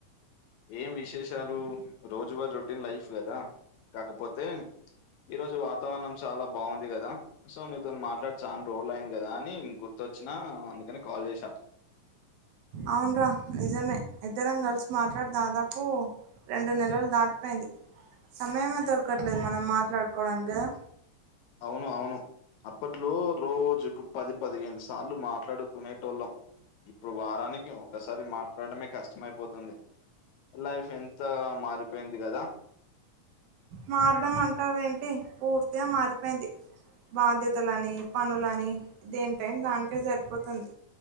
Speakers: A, on the left (about 75°); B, on the right (about 80°).
A: ఏం విశేషాలు రోజువారు రొటీన్ లైఫ్ కదా కాకపోతే ఈ రోజు వాతావరణం చాలా బాగుంది కదా సో నీతో మాట్లాడి చానా రోజులు అయింది కదా అని గుర్తొచ్చినా అందుకని కాల్ చేసా
B: అవున్రా నిజమే ఇద్దరం కలిసి మాట్లాడి దాదాపు రెండు నెలలు దాటిపోయింది సమయమే దొరకట్లేదు మనం మాట్లాడుకోవడానికి కదా
A: అవును అవును అప్పట్లో రోజుకు ఒక పది పదిహేను సార్లు మాట్లాడుకునేటోళ్ళం ఇప్పుడు వారానికి ఒక్కసారి మాట్లాడమే కష్టమైపోతుంది లైఫ్ ఎంత మారిపోయింది కదా
B: మారడం అంటావేంటి పూర్తిగా మారిపోయింది బాధ్యతలని పనులని దేని టైం దానికే సరిపోతుంది